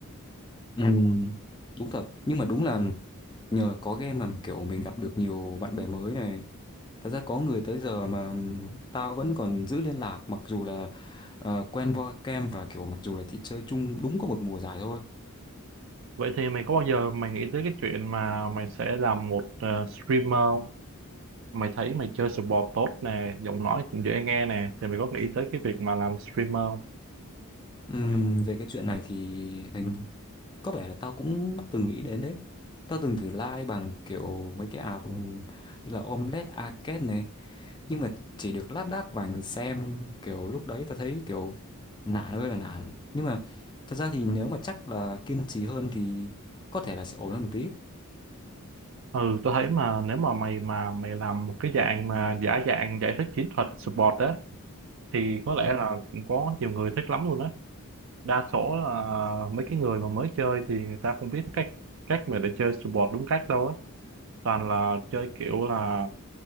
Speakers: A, on the left; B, on the right.
A: ừ. đúng thật nhưng mà đúng là nhờ có game mà kiểu mình gặp được nhiều bạn bè mới này Thật ra có người tới giờ mà tao vẫn còn giữ liên lạc mặc dù là ờ, quen qua kem và kiểu mặc dù là chỉ chơi chung đúng có một mùa giải thôi.
B: vậy thì mày có bao giờ mày nghĩ tới cái chuyện mà mày sẽ làm một ờ, streamer không? mày thấy mày chơi sport tốt nè giọng nói cũng dễ nghe nè thì mày có nghĩ tới cái việc mà làm streamer
A: Ừm, về cái chuyện này thì hình có vẻ là tao cũng từng nghĩ đến đấy. Tao từng thử like bằng kiểu mấy cái app như là Omelette Arcade này nhưng mà chỉ được lác đác vài người xem kiểu lúc đấy tao thấy kiểu nản ơi là nản nhưng mà thật ra thì nếu mà chắc là kiên trì hơn thì có thể là sẽ ổn hơn một tí
B: Ừ, tôi thấy mà nếu mà mày mà mày làm một cái dạng mà giả dạng giải thích chiến thuật support á thì có lẽ là cũng có nhiều người thích lắm luôn á. Đa số là mấy cái người mà mới chơi thì người ta không biết cách cách mà để chơi support đúng cách đâu á. Toàn là chơi kiểu là